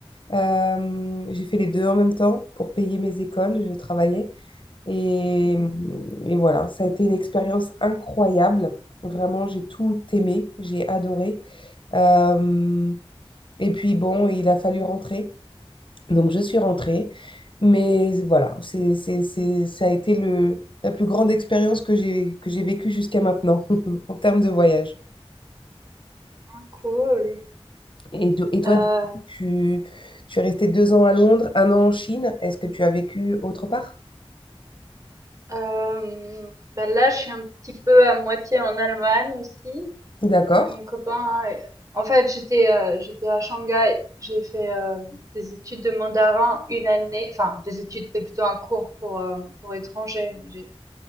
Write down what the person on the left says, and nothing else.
Euh, j'ai fait les deux en même temps pour payer mes écoles, j'ai travaillé. Et,
et voilà, ça a été une expérience incroyable. Vraiment, j'ai tout aimé, j'ai adoré. Euh, et puis bon, il a fallu rentrer. Donc je suis rentrée. Mais voilà, c'est, c'est, c'est, ça a été le, la plus grande expérience que j'ai, que j'ai vécue jusqu'à maintenant <laughs> en termes de voyage.
Et, do- et toi,
du coup, tu, tu es resté deux ans à Londres, un an en Chine. Est-ce que tu as vécu autre part?
D'accord.